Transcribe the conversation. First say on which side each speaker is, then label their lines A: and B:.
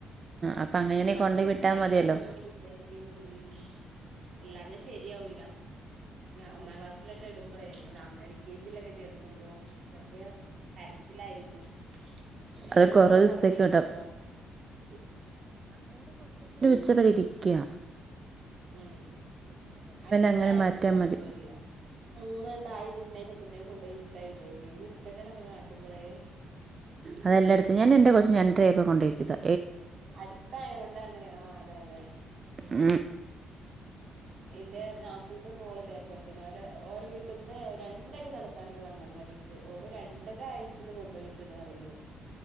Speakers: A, on the right; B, on the right.
A: അപ്പം അങ്ങനെയാണെങ്കിൽ
B: വന്ന്
A: കൊണ്ടുപോയി
B: കൊണ്ടോയാക്കാന്ന്
A: വിട്ടാൽ മതിയല്ലോ
B: ങ്ങനെ വിജാരിക്കുന്നു ഉം... അല്ലാഞ്ഞാ ശരിയാവൂല്ല ഒന്നാം ക്ലാസ്സിലൊക്കെ ഇടുമ്പളേ അല്ലാ എൽ കെ ജിയിലൊക്കെ ചേർത്തുമ്പോ ചപ്പയ കരച്ചിലായിരിക്കും ഞാനും
A: അത് കുറേ
B: കൂടെ
A: ദിവസത്തേക്ക്
B: പോണ്ടിരും
A: വിടാം
B: ചെൽപ്പോ ഉം
A: ഉച്ചവരെ ഇരിക്ക
B: ആഹ അട്ത്തായ
A: അങ്ങനെ മാറ്റിയാൽ
B: പിന്നെ കൊഴ്പ്പല്ല്യാ
A: മതി
B: മൂന്ന്ണ്ടായി കിട്ട്ണെന് മുനം കൊണ്ടോയ് ഇരുത്താ വിചാരിക്കും കുരുത്തക്കെടൊക്കെ കാട്ടുമ്പളേ
A: അതെല്ലായിടത്തും ഞാൻ എന്റെ കൊച്ചിനെ രണ്ട്രാ ആയപ്പോ കൊണ്ടോയ്രിത്തിയതാ
B: അടുത്തായോണ്ടാണ് ആ അതെ അതെ
A: ഉ
B: എന്റെ നാത്തൂന്റെ മോളെ ഇതേപോലെ ഓര ഓരവീട്ട്ന്ന് രണ്ടടി നടക്കാനൊള്ളു അംഗൻവാടിക്ക് ഓള് രണ്ടര വയസ്സിൽ കൊണ്ടോയി ട്ട്ണ് അറിയിണ്ട്